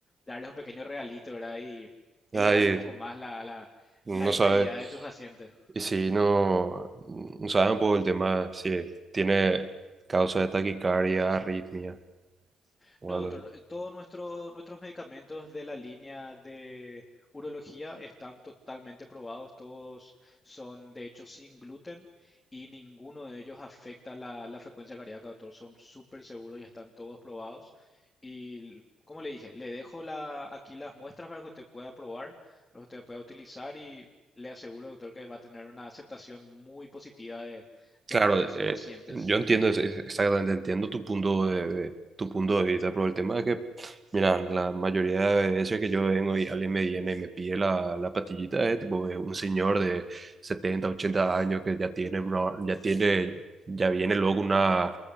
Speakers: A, on the left; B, on the right.
A: darles un pequeño regalito, ¿verdad? Y elevar
B: ahí
A: un poco más la, la,
B: no
A: la vitalidad
B: sabes.
A: de tus pacientes.
B: Y si no, no sabes un poco el tema, si tiene causa de taquicardia, arritmia o
A: No,
B: algo.
A: doctor, eh, todos nuestros nuestros medicamentos de la línea de urología están totalmente probados, todos son de hecho sin gluten y ninguno de ellos afecta la, la frecuencia cardíaca, doctor, son súper seguros y están todos probados. Y como le dije, le dejo la, aquí las muestras para que usted pueda probar, para que usted pueda utilizar y le aseguro, doctor, que va a tener una aceptación muy positiva de, de
B: Claro,
A: parte de sus
B: eh,
A: pacientes.
B: yo entiendo, es- es- exactamente entiendo tu punto de, de- tu punto de vista, pero el tema es que, mira, la mayoría de veces que yo vengo y alguien me viene y me pide la, la pastillita, es tipo es un señor de 70, 80 años que ya tiene, bro- ya tiene, ya viene luego con una,